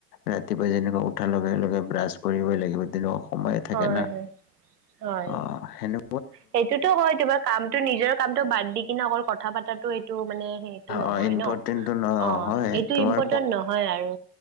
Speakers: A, on the left; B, on the right.
A: ৰাতিপুৱা যেনেকুৱা উঠাৰ লগে-লগে ব্ৰাছ কৰিবই লাগিব, তেনেকুৱা সময়ে থাকে
B: হয়
A: না
B: হয় হয়।
A: অ সেনে
B: সেইটোতো হয়। তোমাৰ কামটো নিজৰ কামটো বাদ দি কিনে অকল কথা পাতাটো সেইটো মানে সেইটো নহয়
A: অ ইম্পৰ্টেণ্টটো
B: ন।
A: নহয়
B: অ এইটো
A: তোমাৰ
B: ইম্পৰ্টেন্ট নহয় আৰু।